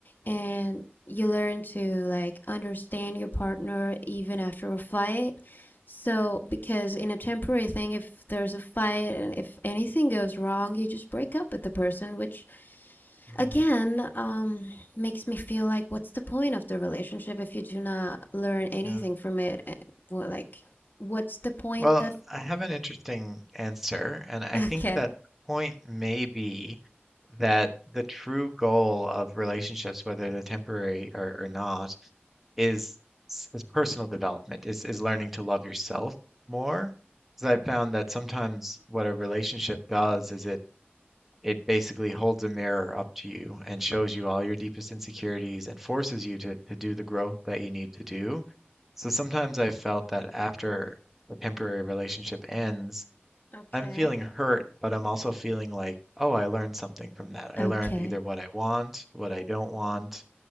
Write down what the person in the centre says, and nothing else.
Mm-hmm.
Yeah.
Well,
I have an interesting answer, and I
think
that point may be that the true goal of relationships, whether they're temporary or, or not, is s- is personal development, is is learning to love yourself more. Because I found that sometimes what a relationship does is it it basically holds a mirror up to you and shows you all your deepest insecurities and forces you to, to do the growth that you need to do. So sometimes I've felt that after a temporary relationship ends,
I'm feeling hurt, but I'm also feeling like, oh, I learned something from that.
I learned either what I want, what I don't want.